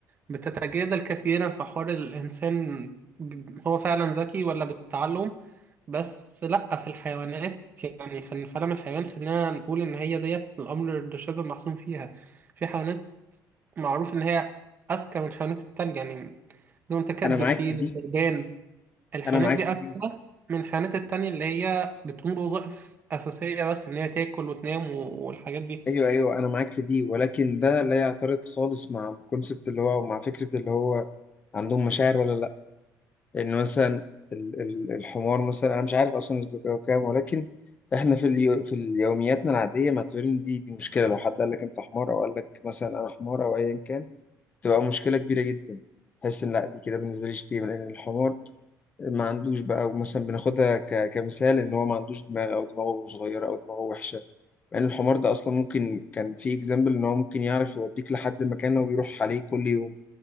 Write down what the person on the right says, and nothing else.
بتتجادل كثيرا في حوار الانسان ب- هو فعلا ذكي ولا بالتعلم بس لا في الحيوانات يعني في الفلم الحيوان خلينا نقول ان هي ديت الامر ده شبه محسوم فيها في حيوانات معروف ان هي اذكى من الحيوانات التانية يعني بدون تكدل
فيه
للبلدان
الحيوانات
دي
أذكى
من الحيوانات التانية اللي هي بتقوم بوظائف أساسية بس إن هي تاكل وتنام و- والحاجات دي